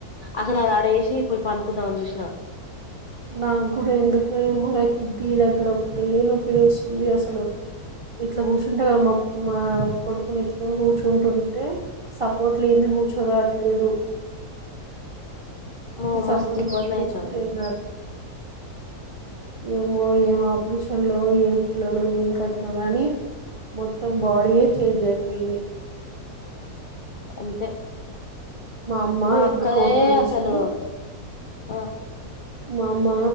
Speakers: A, on the left; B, on the right.
A: అసలు అది అడేసి పోయి పనుకుదాం అని చూసిన
B: నా గుడ ఎందుకు ముల కిడ్నీ దగ్గర ఒకటే నొప్పి లేస్తుంది అసలు ఇట్లా గుసో ఇంటగామ్ మా మా కొడుకుని ఎత్తుకకుని కూర్చుంటుంటే సపోర్ట్ లేని కూర్చోరావట్లేదు
A: మ మస్తి
B: సపోర్ట్
A: ఇబ్బంది
B: కూర్చుంటే
A: అయితాంది
B: ఏం ఏమో ఏం ఆపిరీషన్ లో ఏం పిల్లలో ఏం కథనో గాని మొత్తం బాడీయే చేంజ్ అయిపోయింది
A: అంతే
B: మా అమ్మ ఇప్పుడు
A: అక్కయే
B: ఫోటో జూసి
A: అసలు ఆ
B: మా అమ్మ